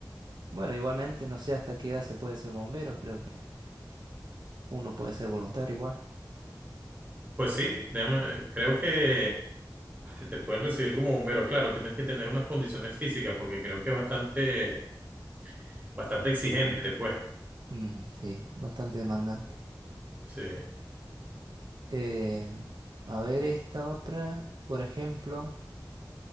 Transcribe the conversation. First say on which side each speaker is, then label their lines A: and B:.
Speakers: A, on the right; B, on the right.
A: bueno, igualmente, no sé hasta qué edad se puede ser bombero, creo que uno puede ser voluntario igual.
B: pues sí, déjame- creo que, que te pueden recibir como bombero. Claro, tienes que tener unas condiciones físicas porque creo que es bastante, bastante exigente, pues.
A: Mm, sí, bastante demandante.
B: Sí.
A: Eh, a ver esta otra, por ejemplo,